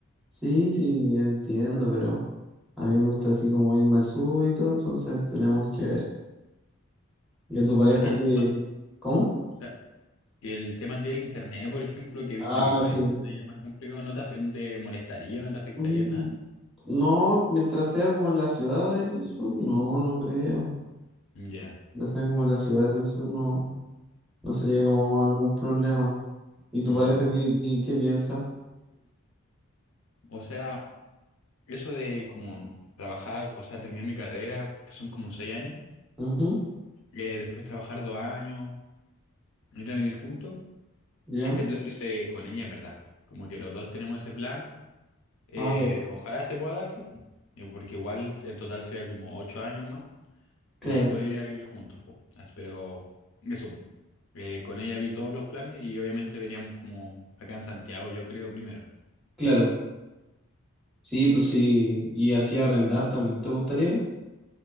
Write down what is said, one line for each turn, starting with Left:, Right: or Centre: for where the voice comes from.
Centre: Sí, sí, yo entiendo, pero a mí me gusta así como irme al sur y todo, entonces tenemos que ver. ¿Y a tu pareja
Left: Pero tiene
Centre: qué?
Left: el tema, como-
Centre: ¿Cómo?
Left: o sea, que el tema del internet, por ejemplo, que he visto
Centre: Ah,
Left: que igual
Centre: sí.
Left: internet ya es más complicado, no te, afe- no te molestaría, no te afectaría
Centre: Mm,
Left: en nada.
Centre: No, mientras sea como en la ciudad del sur, no, no creo.
Left: Ya.
Centre: Mientras sea como en la ciudad del sur, no, no sería como algún problema. ¿Y tu
Left: Mm.
Centre: pareja qué, qué, qué piensa?
Left: O sea, eso de como trabajar, o sea, terminar mi carrera, que son como seis años.
Centre: Ujú,
Left: eh, después trabajar dos años, ir a vivir juntos.
Centre: ya.
Left: Ese plan lo hice con ella, en verdad. Como que los dos tenemos ese plan. Eh,
Centre: Ah,
Left: ojalá se pueda dar, sí. Eh, Porque igual en total sería como ocho años más.
Centre: claro,
Left: Y ahí poder ir a vivir juntos, po. As- Pero eso, po. Eh, con ella vi todos los planes y obviamente veríamos como acá en Santiago, yo creo, primero.
Centre: claro. Sí, pues sí. Y así arrendar también te gustaría.